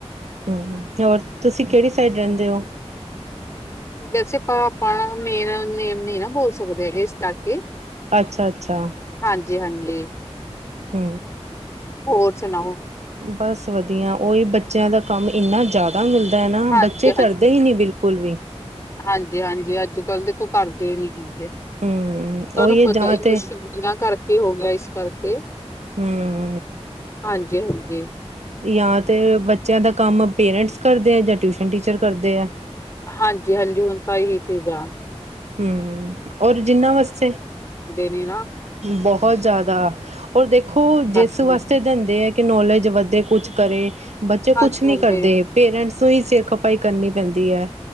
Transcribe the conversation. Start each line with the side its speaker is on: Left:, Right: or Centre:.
Right: ਹੂੰ ਹੋਰ ਤੁਸੀਂ ਕੇੜੀ ਸਾਈਡ ਰੈਂਦੇ ਓ।
Left: ਵੈਸੇ ਆਪਾਂ-ਆਪਾਂ ਮੇਨ ਨੇਮ ਨੀ ਨਾ ਬੋਲ ਸਕਦੇ ਹੈਗੇ ਇਸ ਕਰਕੇ।
Right: ਅੱਛਾ-ਅੱਛਾ,
Left: ਹਾਂਜੀ ਹਾਂਜੀ
Right: ਹੂੰ
Left: ਹੋਰ ਸਨਾਓ
Right: ਬਸ ਵਦੀਆ ਓਈ ਬੱਚਿਆਂ ਦਾ ਕੰਮ ਇੰਨਾ ਜ਼ਾਦ ਇੰਨਾ ਮਿਲਦਾ ਐ ਨਾ
Left: ਹਾਂਜੀ
Right: ਬੱਚੇ ਕਰਦੇ ਈ ਨੀ ਬਿਲਕੁਲ ਵੀ।
Left: ਹਾਂਜੀ-ਹਾਂਜੀ, ਅੱਜ-ਕੱਲ ਦੇਖੋ ਕਰਦੇ ਨੀ ਹੈਗੇ।
Right: ਹਮ
Left: ਤਾਨੂੰ
Right: ਉਹੀ ਹੈ
Left: ਪਤਾ
Right: ਜਾਂ
Left: ਈ
Right: ਤੇ
Left: ਨੀ ਛੁਟੀਆਂ ਕਰਕੇ ਹੋ ਗਿਆ ਇਸ ਕਰਕੇ।
Right: ਹੂੰ
Left: ਹਾਂਜੀ ਹੁੰਦੀ
Right: ਜਾਂ ਤੇ ਬੱਚਿਆਂ ਦਾ ਕੰਮ ਪੇਰੈਂਟਸ ਕਰਦੇ ਆ ਜਾਂ ਟਿਊਸ਼ਨ ਟੀਚਰ ਕਰਦੇ ਆ।
Left: ਹਾਂਜੀ-ਹਾਂਜੀ ਹੁਨ ਤਾਂ ਏਹੀ ਸੀਗਾ।
Right: ਹੂੰ ਔਰ ਜਿੰਨਾ ਵਸਤੇ
Left: ਨੀ ਨਾ
Right: ਬਹੁਤ ਜ਼ਾਦਾ ਔਰ ਦੇਖੋ
Left: ਕਰਕੇ।
Right: ਜਿਸ ਵਾਸਤੇ ਦਿੰਦੇ ਐ ਕਿ ਨੌਲੇਜ ਵਧੇ ਕੁਛ ਕਰੇ ਬੱਚੇ
Left: ਹਾਂਜੀ
Right: ਕੁਛ ਨੀ
Left: ਹਾਂਜੀ
Right: ਕਰਦੇ। ਪੇਰੈਂਟਸ ਨੂੰ ਈ ਸਿਰ ਖਪਾਈ ਕਰਨੀ ਪੈਂਦੀ ਐ